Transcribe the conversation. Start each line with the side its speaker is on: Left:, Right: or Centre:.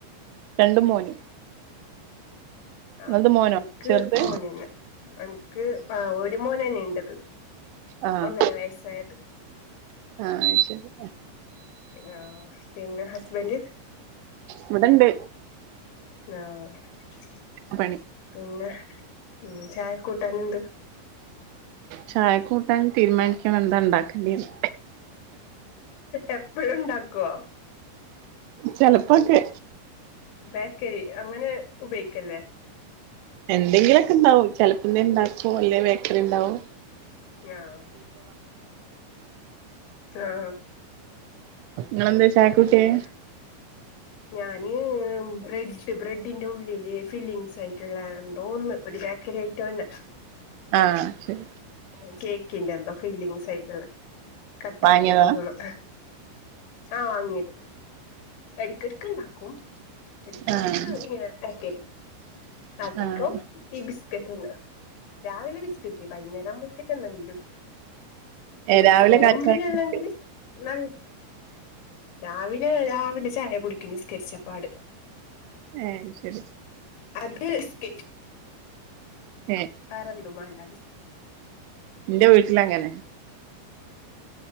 Right: രണ്ട് മോന് ഇങ്ങൾത്
Left: ആഹ്
Right: മോനോ
Left: അൻക്ക്
Right: ചെറുത്
Left: മോനന്ന അൻക്ക് ആ ഒരു മോനന്നെ ഇണ്ടത്
Right: ആഹ്
Left: ഒന്നര വയസ്സായത്
Right: ആഹ് ശരി
Left: ആഹ് പിന്നെ ഹസ്ബന്റ
Right: ഇവിടെഇണ്ട്
Left: ആഹ്
Right: പ്പണി
Left: പിന്നെ ഉം ചായക്ക് കൂട്ടാനെന്ത്?
Right: ചായക്കൂട്ടാൻ തീരുമാനിക്കണം എന്താ ഉണ്ടാക്കേണ്ടെന്ന്.
Left: എപ്പഴും ഉണ്ടാക്കുവോ?
Right: ചിലപ്പോക്കെ.
Left: ബേക്കരി അങ്ങനെ ഉപയോഗിക്കല്ലേ?
Right: എന്തെങ്കിലുമൊക്കെ ഉണ്ടാവും. ചെലസമയം ഉണ്ടാക്കും അല്ലെ ബേക്കറി ഉണ്ടാവും.
Left: ആഹ് ആഹ്
Right: നിങ്ങെന്താ ചായക്ക്
Left: പിന്നെ
Right: കുട്ടിയെ?
Left: ഞാന് ബ്രഡ ബ്രെഡിന്റെ ഉള്ളില് ഫില്ലിങ്സ് ആയിട്ടുള്ള എന്തോന്നന്ന് ഒരു ബേക്കറി ഐറ്റം തന്നെ.
Right: ആഹ് ശരി.
Left: കേക്കിന്റെ എന്തോ ഫില്ലിംഗ്സ് ആയിട്ടില്ലേ കട്ട
Right: വാങ്ങിയതാ
Left: ആക്കിട്ട് തിന്നുന്നെ. ആ വാങ്ങിയത്. <unintelligible> ഇണ്ടാക്കും ഇടക്ക്
Right: ആഹ്
Left: ഇടക്ക് ഇങ്ങനെ ആക്ക അധികം
Right: ആഹ്
Left: ഈ ബിസ്ക്കറ്റിന്ന് രാവിലെ ബിസ്കറ്റ് വൈകുന്നേരം ആകുമ്പോളത്തേക്ക് എന്ത വീലുതാക്കും പിന്നെ
Right: ഏഹ് രാവിലെ
Left: നോമ്പിനല്ലെങ്കില്
Right: കാലി ചായക്ക്
Left: <unintelligible> രാവിലെ രാവിലെ ചായ കുടി നിസ്കരിച്ചപ്പാട്
Right: ഏയ് അത് ശരി.
Left: അത് <unintelligible>
Right: ഏഹ്
Left: കറന്തും മണ്ടാ ബിസ്
Right: എന്റെ വീട്ടില അങ്ങനെ